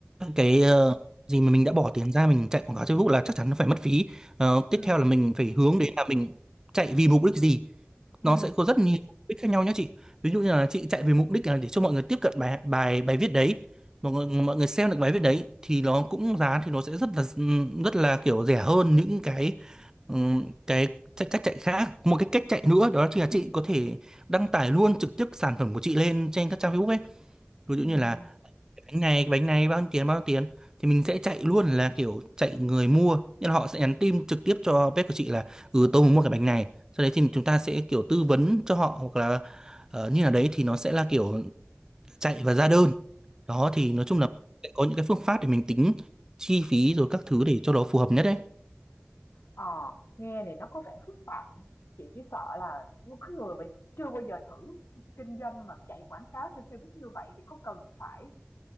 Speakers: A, on the right; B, on the left.
A: cái ờ, gì mà mình đã bỏ tiền ra mình chạy quảng cáo Facebook là chắc chắn nó phải mất phí Ờ, tiếp
B: ừ
A: theo là mình phải hướng đến là mình chạy vì mục đích gì
B: ừ
A: nó sẽ có rất nhiều mục đích khác nhau nhé chị ví dụ như là chị chạy về mục đích là để cho mọi người tiếp cận bài bài bài viết đấy mọi người mọi người xem được bài viết đấy thì nó cũng giá thì nó sẽ rất là rất là kiểu rẻ hơn những cái ừm, cái chạy- cách chạy khác một cái cách chạy
B: ừ
A: nữa đó chính là chị có thể đăng tải luôn trực tiếp sản phẩm của chị lên trên các trang Facebook ấy ví
B: Ừm,
A: dụ như là bánh này bánh này bao nhiêu tiền bao nhiêu tiền thì mình sẽ chạy luôn là kiểu chạy người mua nên họ sẽ nhắn tin trực tiếp cho bếp của chị là ừ tôi muốn mua cái bánh này sau đấy thì chúng ta sẽ kiểu tư vấn cho họ hoặc là ờ, như là đấy thì nó sẽ là kiểu chạy và ra đơn đó thì nói chung là sẽ có những cái phương pháp để mình tính chi phí rồi các thứ để cho nó phù hợp nhất đấy
B: ờ, nghe này nó có vẻ phức tạp nhỉ? Chị chỉ sợ là một cái người mà chưa bao giờ thử kinh doanh mà chạy quảng cáo trên Facebook như vậy thì có cần phải